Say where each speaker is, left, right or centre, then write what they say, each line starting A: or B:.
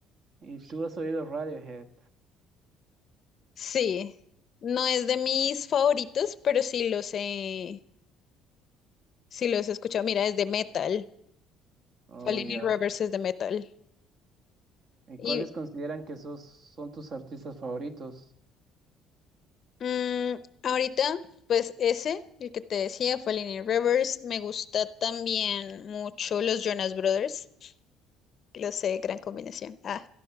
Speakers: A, on the right; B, on the left.
A: ¿Y tú has oído Radiohead?
B: Sí, no es de mis favoritos, pero sí los he, sí los he escuchado. Mira, es de metal.
A: Oh,
B: Falling
A: ya.
B: in Reverse es de metal.
A: ¿Y
B: Y
A: cuáles consideran que esos son tus artistas favoritos?
B: mm, ahorita, pues ese, el que te decía, Falling in Reverse, me gusta también mucho los Jonas Brothers. Lo sé, gran combinación. Ah.